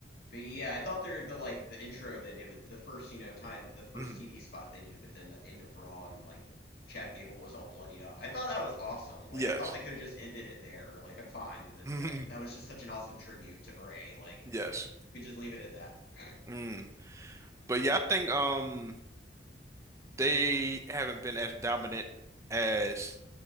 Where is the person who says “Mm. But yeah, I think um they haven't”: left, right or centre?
Right